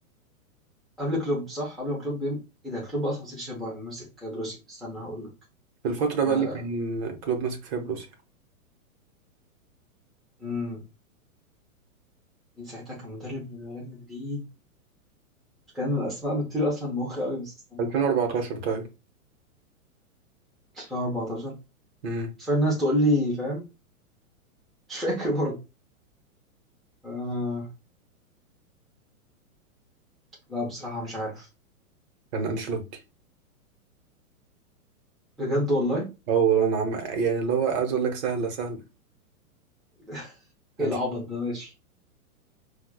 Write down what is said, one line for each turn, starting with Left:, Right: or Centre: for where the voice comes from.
Centre: قبل كلوب صح قبل ما كلوب يم... ايه ده كلوب اصلا مسكش البايرن مسك بروسيا استنى هقول لك
Right: في الفترة
Centre: آه
Right: بقى اللي كان كلوب ماسك فيها بروسيا
Centre: امم مين ساعتها كان مدرب ريال مدريد كان الاسماء بتطير اصلا من مخي قوي بس استنى
Right: 2014
Centre: افكر
Right: طيب
Centre: 2014
Right: امم
Centre: كفايه الناس تقول لي فاهم مش فاكر برضه آه لا بصراحة مش عارف
Right: كان انشيلوتي
Centre: بجد والله
Right: اه والله انا عم يعني اللي هو عايز اقول لك سهلة سهلة
Centre: <laughs> ايه
Right: أنش...
Centre: العبط ده ماشي